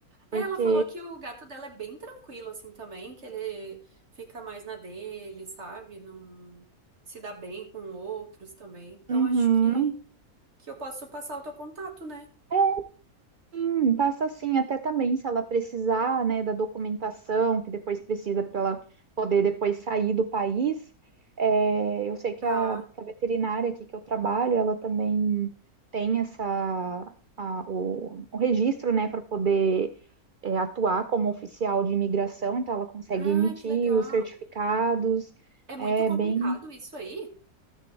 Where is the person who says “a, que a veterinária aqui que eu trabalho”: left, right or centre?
Right